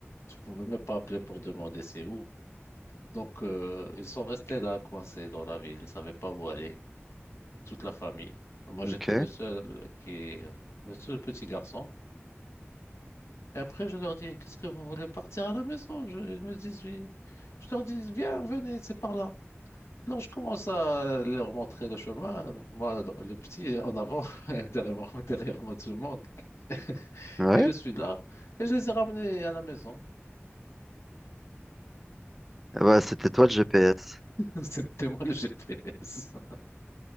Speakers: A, on the left; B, in the centre.
A: Tu pouvais même pas appeler pour demander c'est où. Donc, euh, ils sont restés là, coincés dans la ville. Ils savaient pas où aller, toute la famille. Moi,
B: ok,
A: j'étais le seul qui, euh, le seul petit garçon. Et après, je leur dis, qu'est-ce que vous voulez partir à la maison? Je- ils me disent oui. Je leur dis, viens, venez, c'est par là. Alors, je commence à leur montrer le chemin. Donc, moi, le, le petit en avant, <laughs> derrière moi, derrière moi, tout le monde. <laughs>
B: ouais.
A: Et je suis là. Et je les ai ramenés à la maison.
B: Eh Bah c'était toi le GPS.
A: <laughs> C'était moi le GPS.